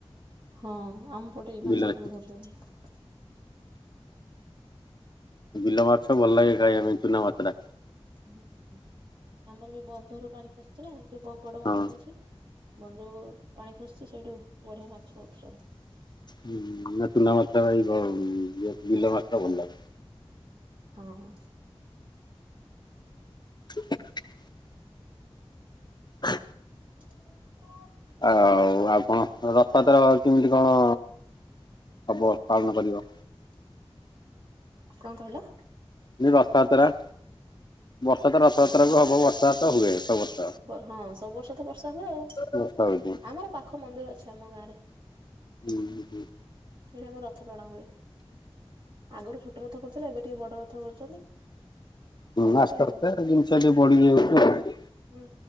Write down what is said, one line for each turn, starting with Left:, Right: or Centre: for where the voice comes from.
Right: ହଁ ଆମ ପଟେ ବି
Left: ବିଲରେ।
Right: ମାଛ ଭଲ ଧରୁଛନ୍ତି।
Left: ବିଲ ମାଛ ଭଲ ଲାଗେ ଖାଇବା ପାଇଁ ଚୁନା ମାଛଟା।
Right: ହୁଁ ଆମର ବି ବନ୍ଧରୁ ପାଣି ଖସିଛି ନା <unintelligible> ବହୁତ୍ ବଡ ବନ୍ଧ
Left: ହଁ।
Right: ଟେ ଅଛି। ବନ୍ଧ ପାଣି ଖସୁଛି ସେଇଠୁ ବଢିଆ ମାଛ ଉଠୁଛନ୍ତି।
Left: ହୁଁ ନା ଚୁନା ମାଛ ଭାରି ବ ଉଁ ଇଏ ବିଲ ମାଛଟା ଭଲ ଲାଗେ।
Right: ହଁ ହଁ।
Left: <unintelligible> ହ।
Right: ହ ହ।
Left: ଆଉ ଆଉ କଣ ଅ ରଥଯାତ୍ରା କେମିତି କଣ? ହବ ପାଳନ କରିବ।
Right: କଣ କହିଲ?
Left: <unintelligible> ରଥଯାତ୍ରା। ବର୍ଷା ତ ରଥଯାତ୍ରାକୁ
Right: ରଥଯାତ୍ରା
Left: ହବ ବର୍ଷା ତ ହୁଏ ସବୁ ବର୍ଷ।
Right: ବ ହଁ ସବୁ ବର୍ଷ ତ ବର୍ଷା ହୁଏ ଆଉ।
Left: ବର୍ଷା ହଉଚି।
Right: ଆମର ପାଖ ମନ୍ଦିର ଅଛି ଆମ ଗାଁ ରେ।
Left: ହୁଁ ହୁଁ‌।
Right: ଠେଇ ଆମ ରଥ ଟଣା ହୁଏ। ଆଗରୁ ଛୋଟ ରଥ କରୁଥିଲେ ଏବେ ଟିକେ ବଡ ରଥ କରୁଛନ୍ତି।
Left: ହୁଁ
Right: ଚାଲିଛି
Left: ଆସ୍ତେ
Right: ଆଉ।
Left: ଆସ୍ତେ ଜିନିଷ ଟେ ବଢି ଯାଉଛି ଆଉ।
Right: ହୁଁ